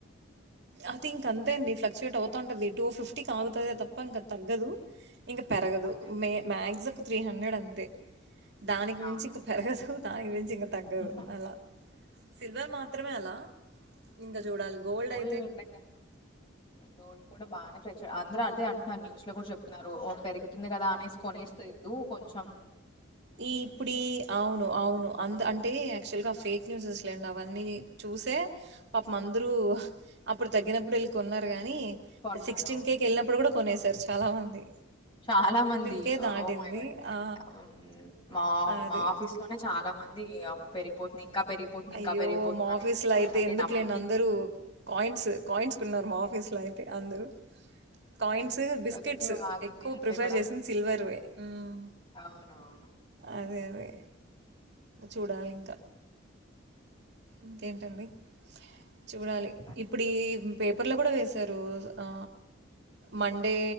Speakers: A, on the right; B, on the left.
A: అది ఇంక అంతే అండి ఫ్లక్చుయేట్ అవుతా ఉంటది టూ ఫిఫ్టీక్ ఆగుతదే
B: ఉమ్,
A: తప్ప ఇంకా తగ్గదు. ఇంగ పరగదు
B: అదే అదే.
A: మె మ్యాగ్స్ ఒక త్రీ హండ్రెడంతె. దానికి మించింక
B: అవునవును.
A: పెరగదు దానికి మించింక తగ్గదు
B: హ్మ్
A: అలా సిల్వర్ మాత్రమే అలా ఇంగ జూడాలి గోల్డై
B: <unintelligible> ఉండంగ గోల్డ్ కూడా బానే <inaudible> అందరూ అదె అంటున్నార్ న్యూస్ లో కూడా చెప్ న్నారు ఓ పెరుగుతుంది గదా అనేస్ కొనేస్ తెద్దు కొంచం
A: ఈ ఇప్పుడి అవును అవును అంద్ అంటే యక్చువల్గా ఫేక్ న్యూసెస్ లేండవన్నీ చూసే పాపం అందరూ అప్పుడ్ తగ్గినప్పుడ్ ఎళ్ళి కొన్నార్ గానీ
B: కొన్నారు
A: సిక్స్టీన్
B: అవును
A: కే కేళ్ళినప్పుడ్ గుడా కొనేసార్ చాలామంది.
B: చాలా మంది
A: కే దాటింది.
B: ఓ మై గాడ్
A: ఆ!
B: అవున్ మ్ మా
A: అది.
B: మా ఆఫీస్లోనే చాలా మంది అమ్మో పెరిగిపోతుంది. ఇంకా పెరిగిపోతుంది ఇంకా
A: అయ్యో
B: పెరిగిపోతుంది
A: మా
B: అనేసి
A: ఆఫీస్లో
B: కొన్నా
A: అయితే
B: నేను
A: ఎందుక్
B: అప్పటికి
A: లేన్ అందరూ కాయిన్స్ కాయిన్స్ కొన్నారు మా ఆఫీ ఫీస్లో అయితే అందరూ కాయిన్స్, బిస్కెట్స్
B: వద్దు
A: ఎక్
B: ఆగండి
A: ఎక్కూ
B: అంటే
A: ప్రిఫర్
B: కూడా
A: చేసింద్ సిల్వర్వే మ్
B: అవునవును
A: అదే అదే చూడాలింక ఇంకేంటండి. చూడాలి
B: చెప్పాలి
A: ఇప్పుడీ పేపర్లో గుడ వేశారు. ఆ మండే,